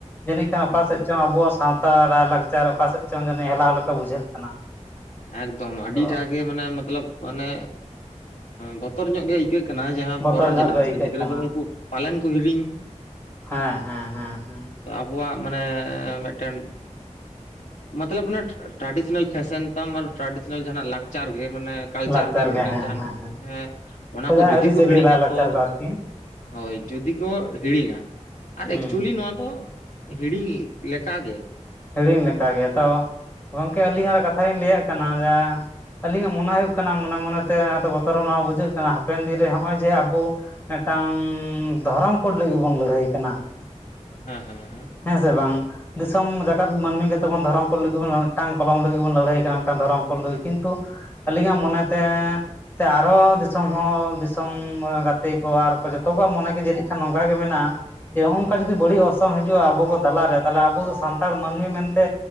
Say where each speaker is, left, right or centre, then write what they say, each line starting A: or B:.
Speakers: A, on the left; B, on the left.
A: ᱡᱟᱹᱱᱤᱡ ᱠᱷᱟᱱ
B: ᱦᱮᱸ
A: ᱚᱠᱟᱥᱮᱫ ᱪᱚᱝ ᱟᱵᱚᱣᱟᱜ ᱥᱟᱶᱛᱟ ᱨᱟᱭᱞᱟᱠᱪᱟᱨ ᱚᱠᱟᱥᱮᱫ ᱪᱚᱝ ᱡᱟᱱᱤᱪ ᱦᱮᱞᱟᱣ ᱞᱮᱠᱟ ᱵᱩᱡᱷᱟᱹᱜ ᱠᱟᱱᱟ᱾
B: ᱮᱠᱫᱚᱢ ᱟᱹᱰᱤᱴᱟᱜ
A: ᱛᱚ
B: ᱜᱮ ᱢᱟᱱᱮ ᱢᱚᱛᱞᱚᱵ ᱢᱟᱱᱮ ᱵᱚᱛᱚᱨ ᱧᱚᱜ ᱜᱮ ᱴᱤᱠᱟᱹᱜ ᱠᱟᱱᱟ ᱡᱟᱦᱟᱸ
A: ᱵᱚᱛᱚᱨ
B: ᱯᱚᱨᱮᱨ
A: ᱧᱚᱜ
B: ᱡᱮᱱᱟᱨᱮᱥᱚᱱ
A: ᱜᱮ ᱟᱹᱭᱠᱟᱹᱜ
B: ᱨᱮᱱ ᱜᱤᱫᱽᱨᱟᱹ
A: ᱠᱟᱱᱟ
B: ᱫᱚ ᱩᱱᱠᱩ ᱯᱟᱞᱮᱱ ᱠᱚ ᱦᱤᱲᱤᱧ
A: ᱦᱮᱸ ᱦᱮᱸ ᱦᱮᱸ ᱦᱮᱸ
B: ᱤᱧᱟᱜ ᱢᱟᱱᱮ ᱢᱤᱫᱴᱮᱱ ᱢᱚᱛᱞᱚᱵ ᱴᱨᱟᱰᱤᱥᱮᱱᱟᱞ ᱯᱷᱮᱥᱮᱱ <unintelligible> ᱴᱨᱟᱰᱤᱥᱚᱱᱟᱞ ᱡᱟᱦᱟᱱᱟᱜ ᱞᱟᱠᱪᱟᱨ ᱜᱮ ᱢᱟᱱᱮ ᱠᱟᱞᱪᱟᱨ
A: ᱞᱟᱠᱪᱟᱨ
B: ᱜᱮ ᱢᱮᱫ ᱴᱟᱝ
A: ᱦᱮᱸ
B: ᱡᱟᱦᱟᱱᱟᱜ
A: ᱦᱮᱸ ᱦᱮᱸ
B: ᱚᱱᱟ
A: ᱥᱮᱫᱟᱭ
B: ᱠᱚ ᱡᱩᱫᱤ
A: ᱟᱹᱨᱤᱪᱟᱹᱞᱤ
B: ᱠᱚ ᱦᱤᱲᱤᱧᱟ
A: ᱞᱟᱭᱼᱞᱟᱠᱪᱟᱨ
B: ᱛᱚ
A: ᱠᱚ ᱟᱨᱠᱤ
B: ᱦᱳᱭ ᱡᱩᱫᱤ ᱠᱚ ᱦᱤᱲᱤᱧᱟ ᱟᱨ
A: ᱦᱩᱸ
B: ᱮᱠᱪᱩᱭᱮᱞᱤ ᱱᱚᱣᱟ ᱫᱚᱼᱼ ᱦᱤᱲᱤᱧ ᱞᱮᱠᱟ ᱜᱮ।
A: ᱦᱤᱲᱤᱧ ᱞᱮᱠᱟᱜᱮ ᱛᱚ ᱜᱚᱝᱠᱮ
B: ᱦᱮᱸ
A: ᱟᱹᱞᱤᱧ ᱦᱚᱸ ᱠᱟᱛᱷᱟ ᱞᱤᱧ ᱞᱟᱹᱭᱟᱜ ᱠᱟᱱᱟ ᱡᱮᱼᱼ ᱟᱹᱞᱤᱧᱟᱜ ᱢᱚᱱᱮ ᱦᱩᱭᱩᱜ ᱠᱟᱱᱟ ᱢᱚᱱᱮ ᱢᱚᱱᱮᱛᱮ ᱟᱫᱚ ᱵᱚᱛᱚᱨ ᱦᱚᱸ ᱱᱚᱣᱟ ᱵᱩᱡᱷᱟᱹᱜ ᱠᱟᱱᱟ ᱦᱟᱯᱮᱱ ᱫᱤᱱ ᱨᱮ ᱦᱚᱜᱼᱚᱭ ᱡᱮ ᱟᱵᱚᱼᱼ ᱢᱤᱫᱴᱟᱝ ᱫᱷᱚᱨᱚᱢ ᱠᱳᱰ ᱞᱟᱹᱜᱤᱫ ᱵᱚᱱ ᱞᱟᱹᱲᱦᱟᱹᱭ ᱠᱟᱱᱟ।
B: ᱦᱮᱸ ᱦᱮᱸ
A: ᱦᱮᱸ ᱥᱮ ᱵᱟᱝ ᱫᱤᱥᱚᱢ ᱡᱟᱠᱟᱛ ᱢᱟᱹᱱᱢᱤ ᱜᱮᱛᱵᱚᱱ ᱫᱷᱚᱨᱚᱢ ᱠᱚᱴ ᱞᱟᱹᱜᱤᱫ ᱢᱤᱫᱴᱟᱝ ᱠᱚᱞᱚᱢ ᱞᱟᱹᱜᱤᱫ ᱵᱚᱱ ᱞᱟᱹᱲᱦᱟᱹᱭ ᱠᱟᱱᱟ ᱢᱤᱫᱴᱟᱝ ᱫᱷᱚᱨᱚᱢ ᱠᱚᱴ ᱞᱟᱹᱜᱤᱫ ᱠᱤᱱᱛᱩᱼᱼ ᱟᱹᱞᱤᱧᱟᱜ ᱢᱚᱱᱮᱛᱮᱼᱼ ᱥᱮ ᱟᱨᱦᱚ ᱫᱤᱥᱚᱢ ᱦᱚᱸ ᱫᱤᱥᱚᱢ ᱜᱟᱛᱮ ᱠᱚ ᱟᱨ ᱠᱚ ᱡᱚᱛᱚ ᱠᱚᱣᱟᱜ ᱢᱚᱱᱮ ᱜᱮ ᱡᱟᱹᱱᱤᱡ ᱠᱷᱟᱱ ᱱᱚᱝᱠᱟ ᱜᱮ ᱢᱮᱱᱟᱜᱼᱟ। ᱡᱮ ᱱᱚᱜᱼ ᱱᱚᱝᱠᱟ
B: ᱦᱮᱸ
A: ᱡᱩᱫᱤ ᱵᱟᱹᱲᱤᱡ ᱚᱨᱥᱚᱝ ᱦᱤᱡᱩᱜᱼᱟ ᱟᱵᱚ ᱠᱚ ᱛᱟᱞᱟᱨᱮ ᱛᱟᱦᱚᱞᱮ ᱟᱵᱚ ᱫᱚ ᱥᱟᱱᱛᱟᱲ ᱢᱟᱹᱱᱢᱤ ᱢᱮᱱᱛᱮ